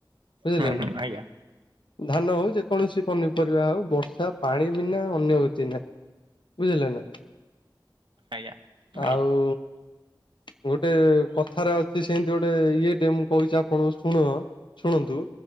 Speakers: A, on the left; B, on the right.
A: ବୁଝିଲେ
B: ହୁଁ
A: ନା
B: ହୁଁ ଆଜ୍ଞା
A: ଧାନ ହଉ ଯେକୌଣସି ପନିପରିବା ହଉ ବର୍ଷା ପାଣି ବିନା ଅନ୍ୟ ଗତି ନାହିଁ ବୁଝିଲେ ନା
B: ଆଜ୍ଞା।
A: ଆଉ
B: ଆଜ୍ଞା
A: ଗୋଟେ କଥାରେ ଅଛି ସେମିତି ଗୋଟେ ଇଏ ଟେ ମୁଁ କହୁଛି ଆପଣଙ୍କୁ ଶୁଣ ଶୁଣନ୍ତୁ